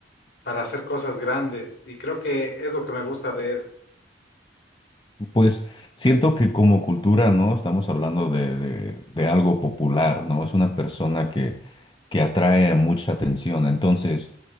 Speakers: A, on the left; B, on the left.
A: para hacer cosas grandes. Y creo que es lo que me gusta de él,
B: Pues siento que como cultura, ¿no? Estamos hablando de, de- de algo popular, ¿no? Es una persona que, que atrae mucha atención. Entonces,